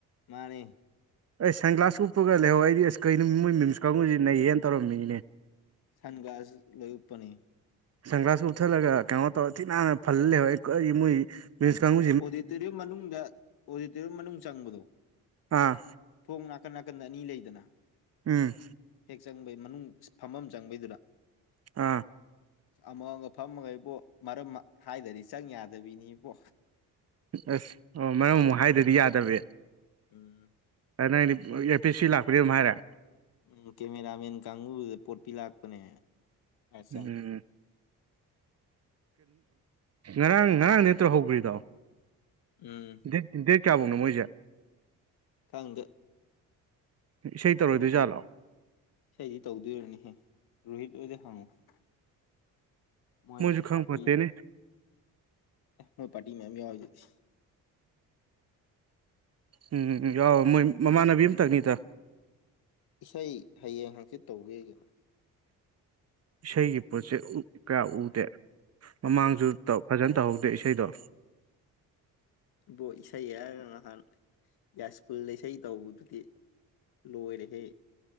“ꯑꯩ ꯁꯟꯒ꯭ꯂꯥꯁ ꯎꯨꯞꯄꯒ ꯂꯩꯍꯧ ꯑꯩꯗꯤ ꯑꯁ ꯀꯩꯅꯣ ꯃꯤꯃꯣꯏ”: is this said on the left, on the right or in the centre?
Right